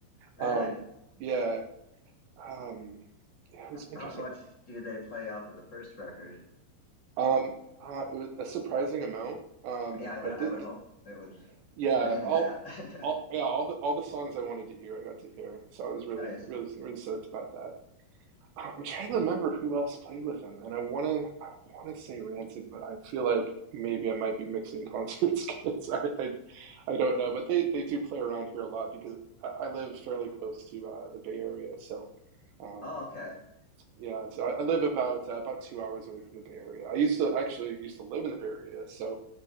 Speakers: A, on the left; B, on the right.
A: Really?
B: Um, yeah, um, yeah, it was
A: H-
B: interesting.
A: How much did they play off of the first record?
B: Um, uh, it was a surprising amount. Um,
A: Yeah, I would
B: but
A: I
B: th
A: would
B: th-
A: hope it was
B: Yeah,
A: mainly
B: all,
A: that. <laughs>
B: all, yeah, all the all the songs I wanted to hear, I got to hear. So I was really,
A: Nice.
B: really, really stoked about that. Uh, I'm trying to remember who else played with them, and I wanna, I wanna say Rancid, but I feel like maybe I might be mixing concerts <laughs> because I, I, I don't know. But they they do play around here a lot because I, I live fairly close to uh, the Bay Area, so. Um,
A: Oh, okay.
B: yeah, so I, I live about uh, about two hours away from the Bay Area. I used to actually used to live in the Bay Area, so